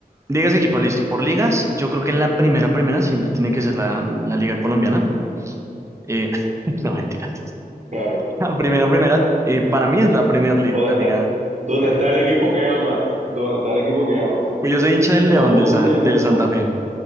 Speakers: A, on the right; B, on the right.
A: Ligas, equipos, listo. Por ligas, yo creo que la primera, primera siempre tiene que ser la, la liga colombiana. Eh, <laughs> no, mentira.
B: claro.
A: <laughs> La primera, primera, eh, para mí es la Premier League,
B: ¿Dónde
A: la
B: está,
A: liga.
B: dónde está el equipo que amas? ¿Dónde está el equipo que amas?
A: Pues yo soy hincha del León
B: ¿O como
A: del, Sa-
B: dicen en
A: del
B: Win
A: Santa Fe.